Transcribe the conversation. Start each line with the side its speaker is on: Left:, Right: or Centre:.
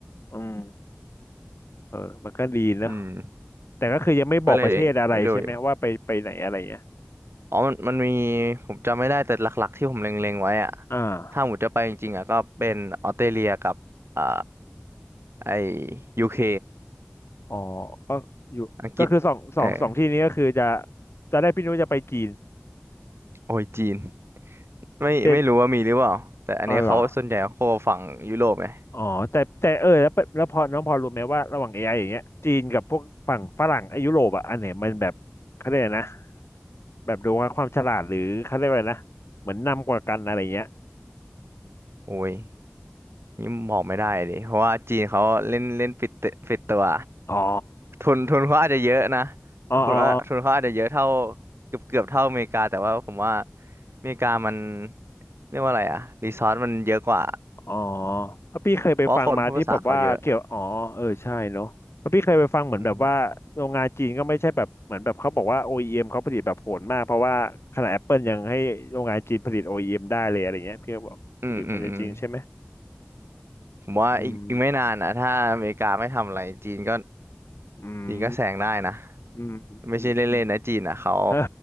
Left: อืมเออมันก็ดีเนอะ
Right: อืม
Left: แต่ก็คือยังไม่บอกประเทศอะไรใช่ไหมว่าไปไปไหนอะไรเงี้ย
Right: ก็เลยไปดูอยู่อ๋อมันมันมีผมจำไม่ได้แต่หลักๆที่ผมเล็งๆไว้อะ
Left: อ่า
Right: ถ้าผมจะไปจริงๆอะก็เป็นออสเตรเลียกับ อ่าไอยูเค
Left: อ๋อก็อยู่ก็คือสองสองสองที่นี้ก็คือจะ
Right: อังกฤษเออ
Left: จะได้พี่นุ้ยจะไปจีน
Right: โอ้ยจีนไม่ไม่รู้ว่ามีหรือเปล่า
Left: แต่
Right: แต่อันนี้เขาส่วนใหญ่เขาโคฝั่งยุโรปไง
Left: อ๋อเหรออ๋อแต่แต่เออแล้วเป็นแล้วพอน้องพอรู้ไหมว่าระหว่าง AI อไออย่างเงี้ยจีนกับพวกฝั่งฝรั่งไอ้ยุโรปอ่ะอันไหนมันแบบเขาเรียกอะไรนะแบบดูว่าความฉลาดหรือเขาเรียกว่าอะไรนะเหมือนนำกว่ากันอะไรเงี้ย
Right: โอ้ยนี่บอกไม่ได้เลยเพราะว่าจีนเขาเล่นเล่นปิดเตปิดตัว
Left: อ๋อ
Right: ทุนทุนเขาอาจจะเยอะนะ
Left: อ๋ออ๋อ
Right: ทุนว่าทุนเขาอาจจะเยอะเท่าเกือบเกือบเท่าอเมริกาแต่ว่าผมว่าอเมริกามันเรียกว่าอะไรอะรีซอสมันเยอะกว่า
Left: อ๋อเพราะพี่เคยไปฟังมาที่แบบว่าเกี่ยวอ๋อเออใช่เนาะเพราะพี่เคยไปฟังเหมือนแบบว่าโรงงานจีนก็ไม่ใช่แบบเหมือนแบบเขาบอกว่า
Right: เพราะคนพูดภาษาเขาเยอะอืม
Left: OEM เอ็มเขาผลิตแบบโหดมากเพราะว่าขนาด Apple ยังให้โรงงานจีนผลิต OEM ได้เลยอะไรเงี้ยพี่ก็บอกหรือมันจะจริงใช่ไหม
Right: อืมอืมอืมผมว่าอีกอีกไม่นานนะถ้าอเมริกาไม่ทำอะไรจีนก็
Left: อืมอืม
Right: จีนก็แซงได้นะ
Left: อืมอืมอืมอืม
Right: ไม่ใช่เล่นๆนะจีนอ่ะเขา
Left: เออ